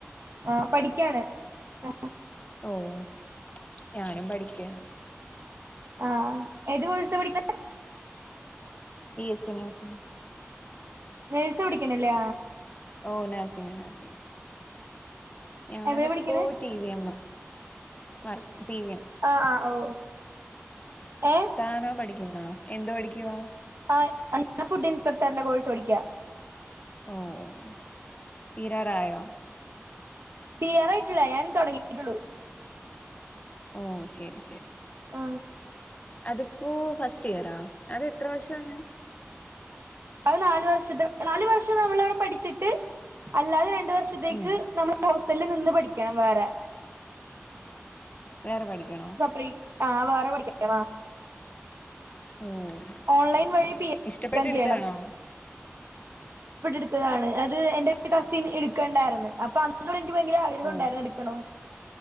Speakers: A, on the right; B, on the left.
A: ആഹ പഠിക്കാണ് ആ
B: ഓഹ് ഞാനും പഠിക്കാണ്
A: ആ ഏത് കോഴ്‌സ് പഠിക്കെണെ
B: ബി എസി നഴ്സിംഗ്
A: നെഴസ പിടിക്കണല്ലാ
B: ഓ നാസിങ് നാസിങ് ഞാനിപ്പോ
A: എവിടെ പഠിക്കണേ
B: ടി വി എമ്മ വർ ടി വി എമ്
A: ആഹ് ആഹ് ഓ ഏ
B: താനോ പഠിക്കുന്നോ എന്തോ പഠിക്കുവാ
A: ആഹ് അൻഹ ഫുഡ് ഇൻസ്പെക്ടറിന്റെ കോഴ്സ് പടിക്കാ
B: ഓ ഓ തീരാറായോ
A: തിയ്യാറായിട്ടില്ല ഞാൻ തുടങ്ങിയിട്ടുള്ളു
B: ഓ ശരി ശരി
A: ആ
B: അതിപ്പോ ഫസ്റ്റ് ഇയറാ അത് എത്ര വർഷംമാണ് ഞാൻ
A: അത് നാല് വർഷത്തെ നാല് വർഷം നമ്മൾവിടെ പഠിച്ചിട്ട് അല്ലാതെ രണ്ട് വർഷത്തേക്ക്
B: ഉം
A: നമ്മ ഹോസ്റ്റലിൽ നിന്ന് പഠിക്കണം വേറെ
B: വേറെ പഠിക്കണോ
A: സപ്പറേറ്റ് ആ വേറെ പഠിക്ക.
B: ഓ
A: ഓൺലൈൻ
B: ഓക്കെ ഓക്കെ
A: വഴി
B: ഇഷ്ടപ്പെട്ട് എടുത്താണോ
A: ചെയ്യണം <unintelligible> ത്തതാണ് അത് എന്റെ കസിൻ <unintelligible> അത് എൻ്റെ കസിൻ എടുക്കേണ്ടായിരുന്നു അപ്പൊ അന്നുംകൂടെ എനിക്ക് ഭയങ്കര ആഗ്രഹം
B: ഓ
A: ഉണ്ടായിരുന്നു എടുക്കണ